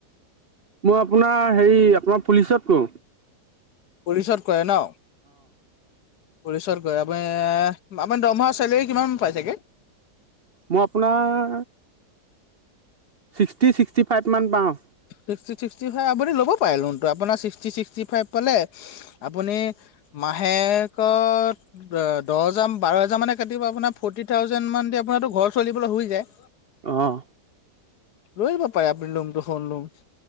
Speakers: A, on the right (about 40°); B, on the left (about 70°).
A: মই আপোনাৰ হেৰি আপোনাৰ পুলিচত কৰো।
B: পুলিচত কৰে ন? পুলিচত কৰে আপ এ আপোনাৰ দৰমহাৰ চেলেৰি কিমান পাই চাগে?
A: মই আপোনাৰ ছিক্সটি ছিক্সটি ফাইভ মান পাওঁ।
B: ছিক্সটি ছিক্সটি ফাইভ আপুনি ল'ব পাৰে লোনটো আপোনাৰ ছিক্সটি ছিক্সটি ফাইভ পালে আপুনি মাহেকত দহ হজাৰ বাৰ হজাৰ মানে কাটিব আপোনাৰ ফৰ্টি থাউজেন মান আপোনাৰতো ঘৰ চলিবলৈ হৈ যায়।
A: অঁ।
B: লৈ লব পাৰে আপনি কোনটো হোম লোন -